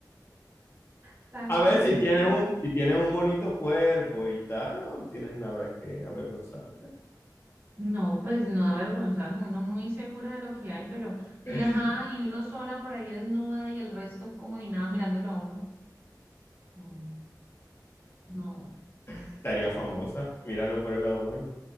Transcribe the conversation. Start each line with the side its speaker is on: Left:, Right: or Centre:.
Right: Está
Left: A
Right: complicado.
Left: ver, si tienes un, si tienes un bonito cuerpo y tal, no tienes nada que avergonzarte.
Right: No, pues no avergonzarnos, uno muy segura de lo que hay, pero, y
Left: <laughs>
Right: ajá, y uno sola por ahí desnuda y el resto como y nada mirándolo a uno. No, no,
Left: Estaría famosa,
Right: uy,
Left: míralo por el lado bueno.